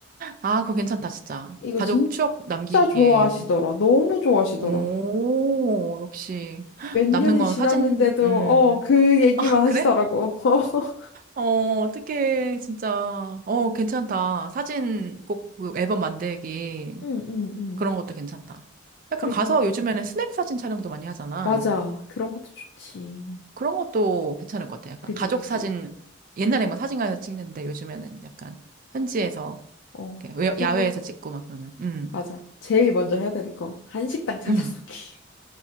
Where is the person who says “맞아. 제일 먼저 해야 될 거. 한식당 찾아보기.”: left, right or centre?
Left